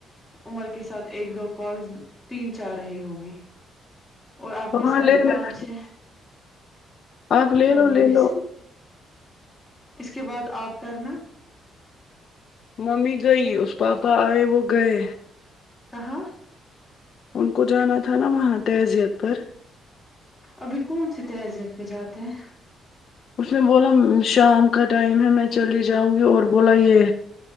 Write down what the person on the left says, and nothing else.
ہاں
لے
لینا
آپ لے
لو لے
لو
ممی گئی اس پاپا آئے وہ گئے
ان کو جانا تھا نا وہاں تہذیت پر
اس نے بولا شام کا ٹائم ہے میں چلی جاؤں گی اور بولا یہ